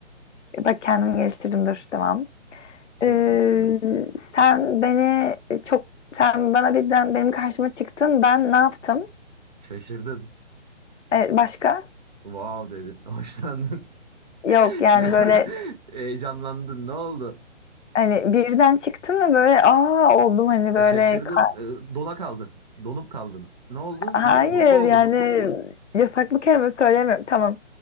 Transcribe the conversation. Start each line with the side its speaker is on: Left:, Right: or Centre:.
Left: Bak kendimi geliştirdim, dur, devam.
Right: Çok
Left: Ee,
Right: iyisin ya.
Left: sen beni çok, sen bana birden benim karşıma çıktın, ben ne yaptım?
Right: Şaşırdın.
Left: Ee, başka?
Right: Wow dedin. <laughs> Hoşlandın.
Left: Yok
Right: <laughs>
Left: yani
Right: Ne-
Left: böyle
Right: Heyecanlandın. Ne oldu?
Left: hani birden çıktın ve böyle aa oldum hani böyle
Right: E, şaşırdın.
Left: ka-
Right: E, dona kaldın. Donup kaldın. Ne oldu?
Left: hayır
Right: Mutlu oldun.
Left: yani yasaklı kelime söylemiyorum tamam.